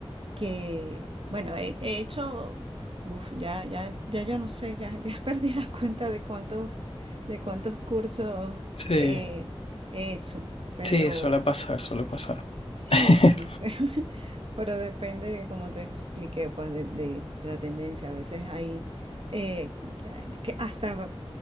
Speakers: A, on the right; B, on the left.
A: que, bueno, he, he hecho, uf, ya, ya, ya yo no sé, ya, ya <laughs> perdí la cuenta de cuántos, de cuántos cursos
B: Sí,
A: eh, he hecho, pero...
B: sí, suele pasar, suele pasar.
A: Sí,
B: <laughs>
A: sí, <laughs> pero depende, como te expliqué, pues de, de- de la tendencia. A veces hay eh, que hasta